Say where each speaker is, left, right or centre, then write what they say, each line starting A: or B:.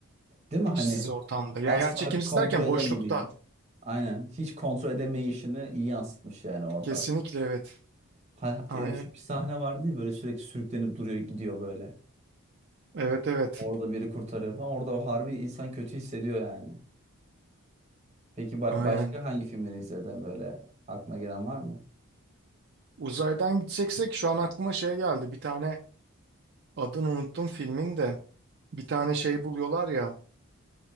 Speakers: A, on the right; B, on the right.
A: Değil mi? Hani
B: işsiz ortamda. Ya
A: asla
B: yerçekimsiz
A: kontrol
B: derken
A: edemediğin.
B: boşlukta.
A: Aynen. Hiç kontrol edemeyişini iyi yansıtmış yani orada.
B: Kesinlikle evet.
A: Ha,
B: Aynen.
A: ya şu bir sahne vardı ya böyle sürekli sürüklenip duruyor gidiyor böyle.
B: Evet evet.
A: Orada biri kurtarıyor falan. Orada o harbi insan kötü hissediyor yani. Peki ba-
B: Aynen.
A: başka hangi filmleri izledin böyle aklına gelen var mı?
B: Uzaydan gideceksek şu an aklıma şey geldi. Bir tane adını unuttum filmin de. Bir tane şey buluyorlar ya.